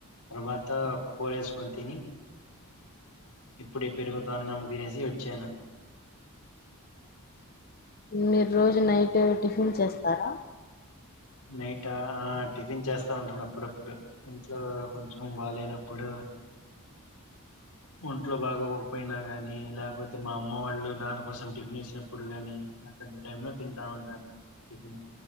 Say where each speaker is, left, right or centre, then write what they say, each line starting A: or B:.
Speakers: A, on the left; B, on the left.
A: తర్వాత కూర వేసుకొని తిని ఇప్పుడే పెరుగు తో అన్నం తినేసి వచ్చాను
B: మీరు రోజు నైట్ టిఫిన్ చేస్తారా
A: నైట్ ఆ ఆ టిఫిన్ చేస్తా ఉంటాను అప్పుడప్పుడు ఇంట్లో కొంచెం బాలేనప్పుడు ఒంట్లో బాగోకపోయినా గాని లేకపోతే మా అమ్మ వాళ్ళు నాన్న కోసం టిఫిన్ వేసినప్పుడు కాని, అట్లాంటి టైం లో తింటా ఉంటాను టిఫిన్.